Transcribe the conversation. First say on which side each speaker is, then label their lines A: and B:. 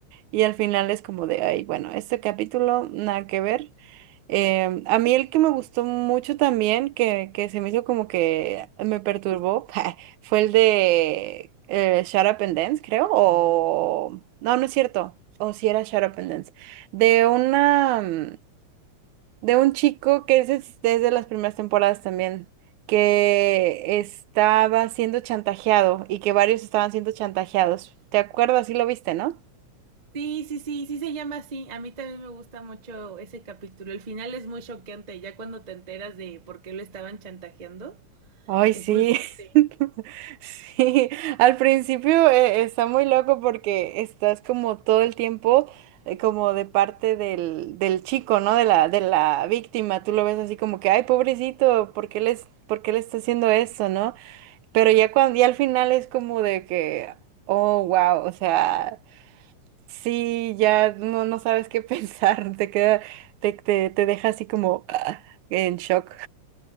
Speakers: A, on the right; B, on the right.
A: y al final es como de, ay, bueno, este capítulo, nada que ver, Em, a mí el que me gustó mucho también, que, que se me hizo como que me perturbó, <laughs> fue el de eh, Shut Up and Dance, creo, o... No, no es cierto, o si era Shut Up and Dance, de una... mm, de un chico que ese es desde las primeras temporadas también, que estaba siendo chantajeado y que varios estaban siendo chantajeados. ¿Te acuerdas? Sí lo viste, ¿no?
B: Sí, sí, sí, sí se llama así. A mí también me gusta mucho ese capítulo. El final es muy choqueante, ya cuando te enteras de por qué lo estaban chantajeando,
A: Ay,
B: es
A: sí.
B: muy fuerte.
A: <laughs> Sí, al principio eh, está muy loco porque estás como todo el tiempo eh, como de parte del, del chico, ¿no? De la, de la víctima. Tú lo ves así como que, ay, pobrecito, ¿por qué les, por qué le está haciendo esto, no? Pero ya cuando, ya al final es como de que, oh, wow, o sea, sí, ya no, no sabes qué pensar, <laughs> te queda, te, te, te deja así como ah, en shock.